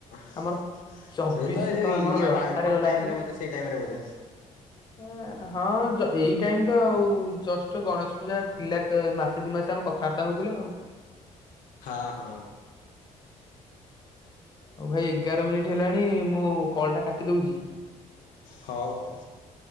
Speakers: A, on the left; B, on the left.
A: ସେଇ
B: ଆମର ଚବିଶଶହ
A: ତ ଏ ଜୋଉ
B: ଟଙ୍କା
A: ଇଣ୍ଡିଆ
B: ଆମର ବ୍ୟର୍ଥରେ
A: ୱାର୍ଲଡ କପ୍
B: ଗଲା
A: ଟାଇମରେ
B: ହାରି।
A: ବୋଧେ ସେଇ ଟାଇମ ରେ ବୋଧେ?
B: <unintelligible> ହଁ ଯ ଏଇ ଟାଇମ୍ ତ ଆଉ ଜଷ୍ଟ ଗଣେଶ ପୂଜା ଥିଲା କେ ମାସେ ଦି ମାସେ ଆମେ କଥା ବାର୍ତ୍ତା ହଉଥିଲେ ଆଉ।
A: ହା ହଁ।
B: ହଉ ଭାଇ ଏଗାର ମିନିଟି ହେଲାଣି ମୁଁ କଲ ଟା କାଟି ଦଉଚି?
A: ହଉ ହଉ।